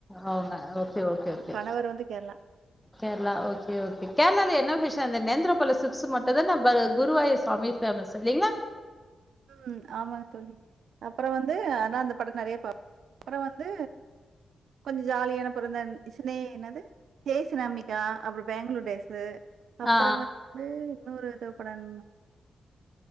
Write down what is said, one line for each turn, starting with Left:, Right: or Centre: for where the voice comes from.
Centre: அவங்க ஓகே ஓகே ஓகே
Right: கணவர் வந்து கேரளா
Centre: கேரளா ஓகே ஓகே கேரளால என்ன விஷம் அ நேந்திரப்பல சிப்ஸ் மட்டும்தான் குருவாயுர் சுவாமி ஃபேமஸ் இல்லலைங்களா
Right: உம் ஆமா தோழி அப்புறம் வந்து ஆனா அந்த படம் நிறைய பார்பே அப்புறம் வந்து கொஞ்சம் ஜாலியான பேறுந்தன் சீணேஎனது ஜெயசு நம்பிகா அப்புறம் பெங்களூர் டேஸ் அப்புறம்
Centre: ஆ
Right: வந்து இன்னூறு எதே படன்